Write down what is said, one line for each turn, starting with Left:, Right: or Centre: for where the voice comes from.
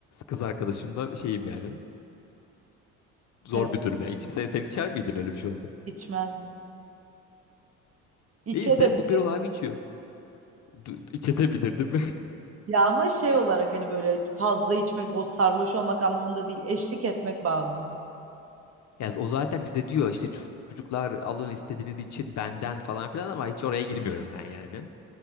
Left: kız arkadaşımla şeyim yani. Zor
Right: evet
Left: bir durum ya. İç- sen, sen içer miydin öyle bir şey olsa?
Right: içmezdim. İçerim.
Left: Neyse bu bir abi içiyor. Du- İçetebilirdim. <laughs>
Right: Ya ama şey olarak hani böyle fazla içmek o sarhoş olmak anlamında değil eşlik etmek bağlamında.
Left: Yani o zaten bize diyor işte "Ço- çocuklar alın istediğiniz için benden falan filan ama hiç oraya girmiyorum ben yani.